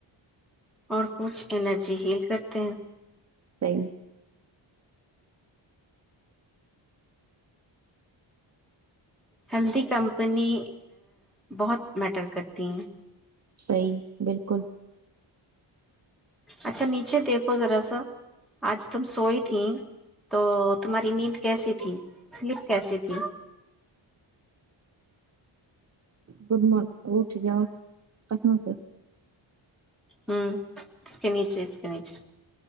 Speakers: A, in the centre; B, on the right.
A: اور کچھ انرجی ہیل کرتے ہیں
B: صی
A: ہیلدی کمپنی بہت میٹر کرتی ہیں
B: صحیح بالکل
A: اچھا نیچے دیکھو ذرا سا آج تم سوئی تھی تو تمہاری نیند کیسی تھی سلپ کیسی تھی
B: گڈ مارنگ اٹ جاؤ ککھنا سے
A: ہ اس کے نیچے اس کے نیچے